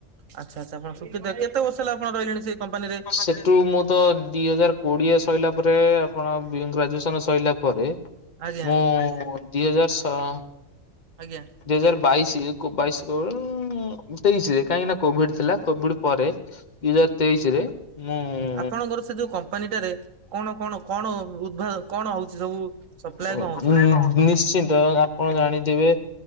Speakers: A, on the right; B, on the left.
A: ଆଚ୍ଛା ଆଚ୍ଛା ଆପଣ ସୁକିନ୍ଦା କେତେ ବର୍ଷ ହେଲା ଆପଣ ରହିଲେଣି ସେଇ କମ୍ପାନୀରେ?
B: ସେଟୁ ମୁଁ ତ ଦିଇ ହଜାର କୋଡ଼ିଏ ସଇଲା, ପରେ ଆପଣ ଗ୍ରାଜୁଏସନ୍ ସଇଲା ପରେ
A: ଆଜ୍ଞା
B: ମୁଁ ଦିଇ ହଜାର୍ ସଅ
A: ଆଜ୍ଞା।
B: ଦିଇ ହଜାର୍ ବାଇଶି ବାଇଶ୍ ତେଇଶ୍ ରେ କାହିଁକି ନା କୋଭିଡ୍‌ ଥିଲା। କୋଭିଡ୍‌ ପରେ ଦିଇ ହଜାର୍ ତେଇଶ୍ ରେ <inaudible>
A: ଆପଣଙ୍କର ସେ ଯଉ କମ୍ପାନୀଟା ରେ କଣ କଣ କଣ ଉଦ୍ଭା- କ'ଣ ହଉଚି ସବୁ। ସପ୍ଲାାଇ
B: ହଁ
A: କ'ଣ ହଉଚି ସବୁ।
B: ନିଶ୍ଚିନ୍ତ, ଆପଣ ଜାଣିଥିବେ?